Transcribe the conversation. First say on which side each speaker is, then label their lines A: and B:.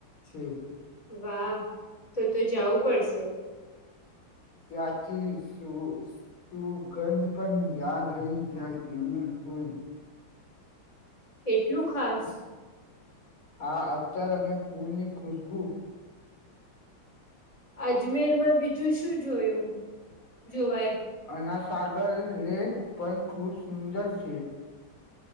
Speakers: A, on the left (about 70°); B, on the left (about 15°).
A: છે.
B: વાહ તો તો જવું પડશે.
A: ત્યાંથી શું શું સુગંધ પણ યાદ રહી જાય એવી હોય.
B: એટલું ખાસ.
A: હા અત્તર અને ફૂલ ની ખુશબુ
B: અજમેર માં બીજું શું જોયું જોવાય.
A: આના સાગર લેક પણ ખુબ સુંદર છે.